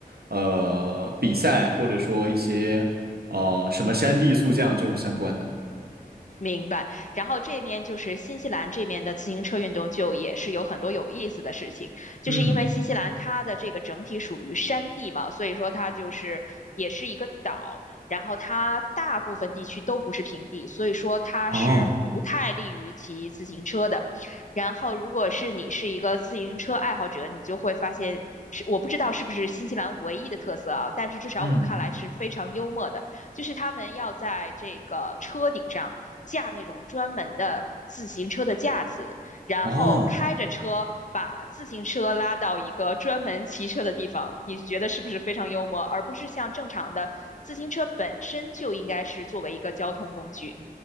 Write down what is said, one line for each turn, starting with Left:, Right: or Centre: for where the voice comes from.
Right: 呃比赛，或者说一些呃什么山地速降这种相关的。
Left: 明白，然后这面就是新西兰这面的自行车运动，就也是有很多有意思的事情，就是因为新西兰它的这个整体属于山地嘛，
Right: 嗯
Left: 所以说它就是也是一个岛，然后它大部分地区都不是平地，所以说它是不太利于骑自行车的。
Right: 哦
Left: 然后如果是你是一个自行车爱好者，你就会发现是我不知道是不是新西兰唯一的特色啊，但是至少我看来是非常幽默的，
Right: 嗯。
Left: 就是他们要在这个车顶上。架那种专门的自行车的架子，然后开着车把自行车拉到一个专门骑车的地方，
Right: 哦，
Left: 你觉得是不是非常幽默？而不是像正常的自行车本身就应该是作为一个交通工具。